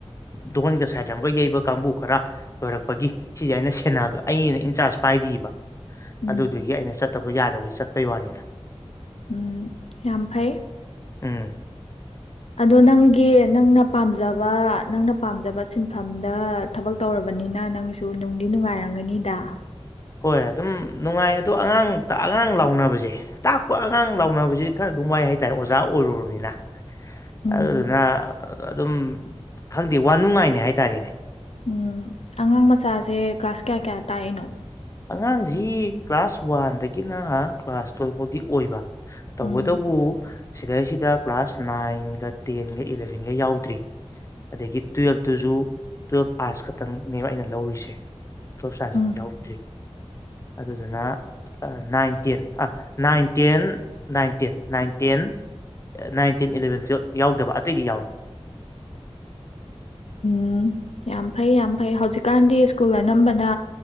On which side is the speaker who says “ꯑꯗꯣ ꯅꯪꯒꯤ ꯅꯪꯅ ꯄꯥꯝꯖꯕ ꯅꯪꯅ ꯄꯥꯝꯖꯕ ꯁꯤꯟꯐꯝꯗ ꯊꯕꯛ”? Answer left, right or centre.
Left